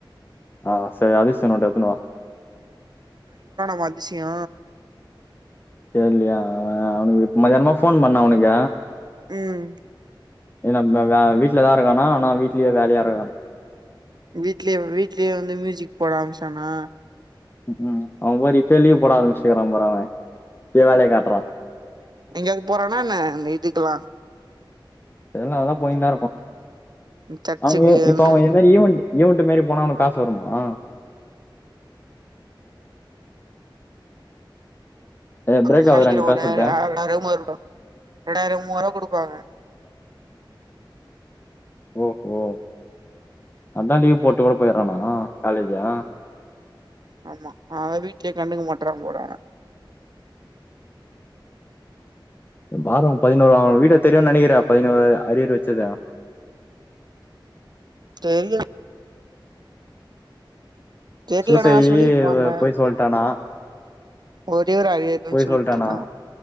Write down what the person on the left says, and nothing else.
ஆ செரி அதிஷ்ச நோட்ட எட்த்துனுவா
தெர்லியா அவனுக்கு மதியானமா ஃபோன் பண்ண அவனுக்கு
எனா ப வே வீட்லதா இருக்கானா ஆனா வீட்லயே வேலையா இருக்கானா
ம் அவ பாரு இப்பேயே லீவ் போட ஆரமிஸ்ட்டுக்றா பாரு அவே இப்பியே வேலைய காட்றா
தெர்ல அதுலா போய்ன் தா இருப்பா
அவெங்க் வே இப்ப
அவ
எதோ லியோ வண்டி யூன்ட்டு் மாரி போனா அவனுக்கு காஸ் வருமா ஏ
பிரேக் ஆகுதுடா
நீ
பேசுறது
<inaudible> ஓ ஹோ அதா லீவ் போட்டு கூட போய்றனா ஆ காலேஜா
பாரோ பதினோரு அவ வீட்ட தெரியுன் நெனைக்கிற பதினோரு அரியர் வச்சது அவ
சூசை
போய் சொல்ட்டானா
சொல்லிட்டானா